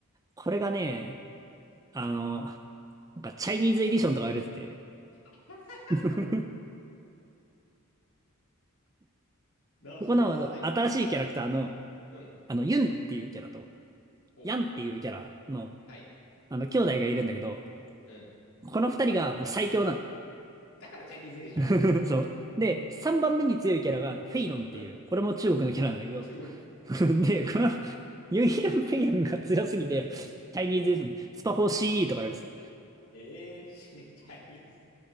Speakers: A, on the right; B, on the left.
A: これがね、あの、なんかチャイニーズエディションとか言われてて、
B: <laughs>
A: <laughs>
B: な、
A: ここの新しいキャラクターの、
B: それはない。うん。
A: あの、ユンっていうキャラと、
B: ほう。
A: ヤンっていうキャラの、
B: はい。
A: あの、兄弟がいるんだけど、
B: うん。
A: この二人がもう最強な
B: だからチャイニーズエディション
A: の。<laughs> そう。で、三番目に強いキャラが、フェイロンっていう、
B: うん。
A: これも中国のキャラなんだけど、
B: 中国。
A: <laughs> で、このユンヤンペイヤンが強すぎて、
B: <laughs> うん。
A: チャイニーズエディション、
B: うん。
A: スパフォーしーイーとか言われてた。
B: へえ、<laughs> チャイニーズ